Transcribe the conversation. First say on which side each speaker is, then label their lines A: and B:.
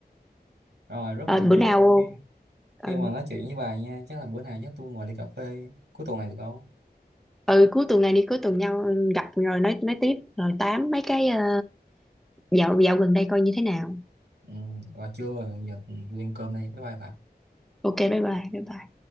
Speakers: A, on the right; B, in the centre.
A: rồi rất
B: Ờ,
A: là
B: bữa
A: vui
B: nào
A: khi
B: ừ,
A: khi mà nói chuyện với bà nha chắc là bữa nào chắc tôi ngồi ly cà phê cuối tuần này được không
B: ừ cuối tuần này đi cuối tuần nhau ừ, gặp rồi nói nói tiếp rồi tám mấy cái ờ, dạo dạo gần đây coi như thế nào
A: ừ, rồi chưa giờ tôi ăn cơm đây bye bye bà
B: ok bye bye bye bye